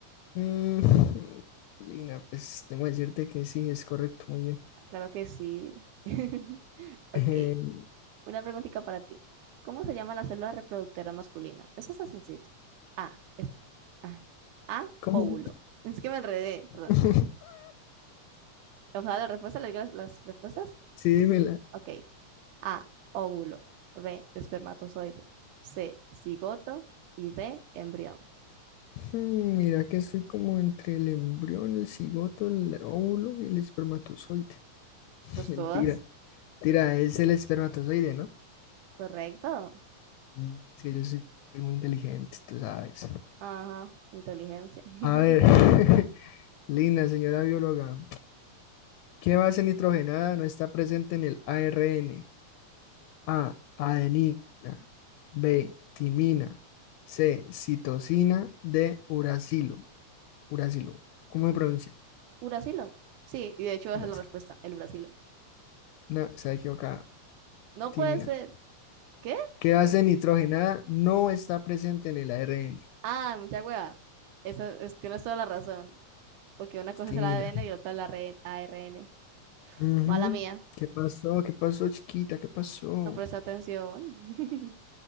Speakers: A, on the left (about 75°); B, on the right (about 85°).
A: Mm, <laughs> Lina, pues tengo que decirte que sí, es correcto, muy bien.
B: Claro que sí. <laughs> Ok.
A: <laughs> Eh,
B: Una preguntita para ti. ¿Cómo se llama la célula reproductora masculina? Eso está sencillo. A, es- ah, A,
A: ¿Cómo?
B: óvulo. Es que me enredé,
A: <laughs>
B: perdón. O sea, la respuesta, le digo las, las respuestas.
A: Sí, dímela.
B: Ok. A, óvulo. B, espermatozoide. C, cigoto. Y D, embrión.
A: Hmm, Mira que estoy como entre el embrión, el cigoto, el óvulo y el espermatozoide. <laughs>
B: Pues
A: Mentira.
B: todas.
A: Tira, es el espermatozoide, ¿no?
B: Correcto.
A: Mm, Es que yo soy muy inteligente, tú sabes.
B: Ajá, inteligencia. <laughs>
A: A ver, <laughs> linda señora bióloga, ¿qué base nitrogenada no está presente en el ARN? A, adenina, B, timina, C, citosina, D, uracilo. Uracilo, ¿cómo se pronuncia?
B: Uracilo. Sí, y de hecho esa
A: Brasil.
B: es la respuesta, el uracilo.
A: No, está equivocada.
B: No
A: Timina.
B: puede ser. ¿Qué?
A: ¿Qué base nitrogenada no está presente en el ARN?
B: Ah, mucha hueva. Eso es- tienes toda la razón. Porque una cosa
A: Timina.
B: es el ADN y otra es la RN ARN.
A: Ujú.
B: Mala mía.
A: ¿Qué pasó? ¿Qué pasó, chiquita? ¿Qué pasó?
B: No presté atención. <laughs>